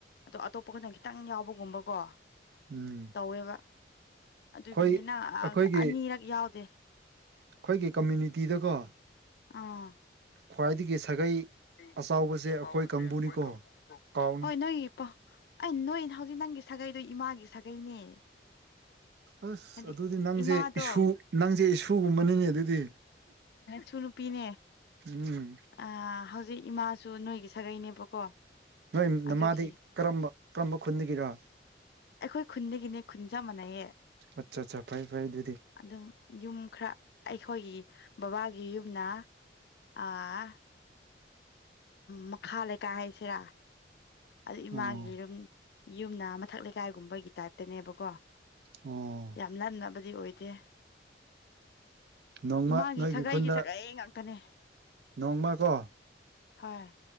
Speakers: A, on the left; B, on the right.
A: ꯑꯗꯣ ꯑꯇꯣꯞꯄ ꯗꯅ ꯈꯤꯇꯪ ꯌꯥꯎꯕꯒꯨꯝꯕꯀꯣ
B: ꯎꯝ
A: ꯇꯧꯋꯦꯕ ꯑꯗꯨꯒꯤꯅꯤ
B: ꯑꯩꯈꯣꯏ
A: ꯅꯪ
B: ꯑꯩꯈꯣꯏꯒꯤ
A: ꯑꯅꯤꯔꯛ ꯌꯥꯎꯗꯦ
B: ꯑꯩꯈꯣꯏꯒꯤ ꯀꯝꯃ꯭ꯌꯨꯅꯤꯇꯤꯗꯀꯣ
A: ꯑꯥ
B: ꯈ꯭ꯋꯥꯏꯗꯒꯤ ꯁꯥꯒꯩ
A: <unintelligible>
B: ꯑꯆꯥꯎꯕꯁꯦ ꯑꯩꯈꯣꯏ ꯀꯥꯡꯕꯨꯅꯤꯀꯣ ꯀꯥꯎꯅꯨ
A: ꯍꯣꯢ ꯅꯣꯢꯒꯤ ꯑꯥ ꯅꯣꯏ ꯍꯧꯖꯤꯛ ꯅꯪꯒꯤ ꯁꯥꯒꯩꯗꯣ ꯏꯃꯥꯒꯤ ꯁꯥꯒꯩꯅꯦ
B: ꯑꯁ
A: ꯍꯥꯏꯗꯤ
B: ꯑꯗꯨꯗꯤ ꯅꯪꯁꯦ
A: ꯏꯃꯥꯗꯣ
B: ꯏꯁꯨ ꯅꯪꯁꯦ ꯏꯁꯨꯒꯨꯝꯕꯅꯤꯅꯦ ꯑꯗꯨꯗꯤ
A: ꯁꯨ ꯅꯨꯄꯤꯅꯦ
B: ꯎꯝ
A: ꯑꯥ ꯍꯧ ꯖꯤꯛ ꯏꯃꯥꯁꯨ ꯅꯣꯏꯒꯤ ꯁꯥꯒꯩꯅꯦꯕꯀꯣ
B: ꯅꯣꯏ
A: ꯑꯗꯨꯒꯤ
B: ꯅꯃꯗꯤ ꯀꯔꯝꯕ ꯀꯔꯝꯕ ꯈꯨꯟꯗꯒꯤꯔꯥ
A: ꯑꯩꯈꯣꯏ ꯈꯨꯟꯗꯒꯤꯅꯦ ꯈꯨꯟ ꯆꯞ ꯃꯥꯟꯅꯩꯌꯦ
B: ꯑꯠꯆꯥ ꯑꯠꯆꯥ ꯐꯩ ꯐꯩ ꯑꯗꯨꯗꯤ
A: ꯑꯗꯨꯝ ꯌꯨꯝ ꯈꯔ ꯑꯩꯈꯣꯏꯒꯤ ꯕꯕꯥꯒꯤ ꯌꯨꯝꯅ ꯑꯥ ꯃꯈꯥ ꯂꯩꯀꯥꯏ ꯍꯥꯏꯁꯤꯔꯥ ꯑꯗꯨ ꯏꯃꯥꯒꯤꯔꯨꯝ
B: ꯑꯣ
A: ꯌꯨꯝꯅꯥ ꯃꯊꯛ ꯂꯩꯀꯥꯏꯒꯨꯝꯕꯒꯤ ꯇꯥꯏꯞꯇꯅꯦꯕꯀꯣ
B: ꯑꯣ
A: ꯌꯥꯝ ꯂꯅꯕꯗꯤ ꯑꯣꯏꯗꯦ
B: ꯅꯣꯡꯃ
A: ꯏꯃꯥꯒꯤ
B: ꯅꯣꯏꯒꯤ
A: ꯁꯥꯒꯩꯒꯤ
B: ꯈꯨꯟꯗ
A: ꯁꯥꯒꯩ ꯉꯥꯛꯇꯅꯦ
B: ꯅꯣꯡꯃ ꯀꯣ
A: ꯍꯣꯏ